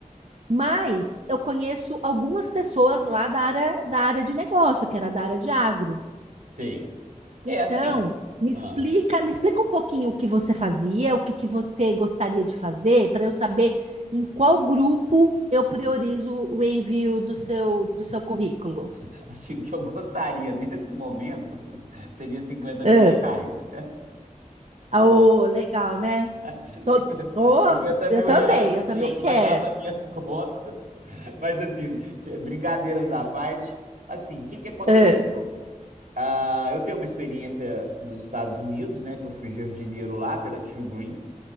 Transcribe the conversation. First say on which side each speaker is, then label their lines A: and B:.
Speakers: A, on the right (about 55°); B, on the right (about 75°).
A: Mas eu conheço algumas pessoas lá da área, da área de negócio, que era da área de agro.
B: sei. É
A: Então,
B: assim.
A: me
B: Ah,
A: explica, me explica um pouquinho o que você fazia, o que que você gostaria de fazer, para eu saber em qual grupo eu priorizo o envio do seu do seu currículo.
B: <laughs> assim, o que eu gostaria nesse momento <laughs> seria cinquenta
A: É.
B: mil reais.
A: Ah, ô, legal, né?
B: <laughs> 50
A: Todo, ô,
B: 50
A: eu
B: mil
A: também,
B: reais,
A: eu
B: assim,
A: também
B: eu pagava
A: quero.
B: minhas contas, <laughs> mas assim, t- brincadeiras à parte, assim, o que que aconteceu?
A: É.
B: Ah, eu tenho uma experiência nos Estados Unidos, né, que eu fui jardineiro lá pela Tio Green,